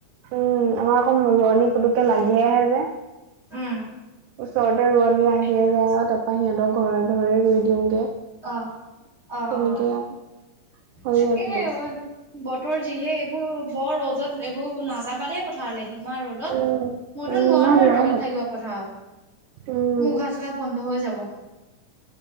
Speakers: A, on the right; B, on the right.
A: উম' আমাৰ আকৌ ৰোৱনী পুতুকে লাগি আহে যে।
B: উম'।
A: ওচৰতে ৰোৱনী আহিয়ে
B: দেখি
A: যায়
B: আছো
A: আৰু তাপা সিহঁতক ঘৰে ঘৰে ৰুই দিওঁগে।
B: অ', অ'
A: তেনেকে
B: অ'
A: আৰু হৈ
B: তাকেহে।
A: যায় পুতককে
B: বতৰ যিহে এইবোৰ বৰ ৰ'দত এইবোৰ নাযাবা দেই পথাৰলে, ইমান ৰ'দ।
A: উম
B: মইতো
A: উম
B: নোৱাৰোৱে
A: মই যোৱাই
B: ৰ'দত
A: নাই
B: থাকিব পথাৰৰ।
A: উম
B: মোৰ উশাহ চুশাহ বন্ধ হৈ যাব।